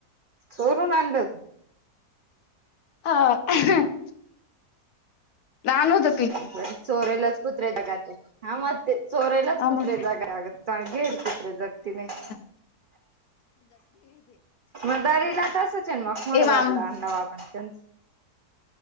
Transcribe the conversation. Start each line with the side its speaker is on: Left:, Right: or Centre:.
Right: चोरून आणलं होतं.
Left: हा आणू द
Right: बर चोरेलाच कुत्रे जगाते हा म चोरेलाच
Left: हा
Right: कुत्रे
Left: मग
Right: जगा लागते. <unintelligible> जगती नयी
Left: ह <unintelligible>
Right: मदारी ला तसचयन म <unintelligible>
Left: ए मामा
Right: त्याच